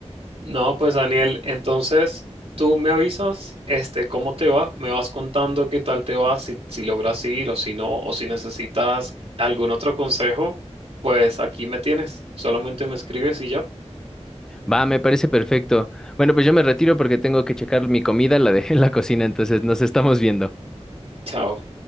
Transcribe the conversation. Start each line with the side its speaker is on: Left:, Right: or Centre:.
Right: No, pues Daniel, entonces tú me avisas, este, cómo te va, me vas contando qué tal te va, si, si logras ir o si no, o si necesitas algún otro consejo, pues aquí me tienes, solamente me escribes y yo,
Centre: Va, me parece perfecto. Bueno, pues yo me retiro porque tengo que checar mi comida, la dejé en la cocina, entonces nos estamos viendo.
Right: chao.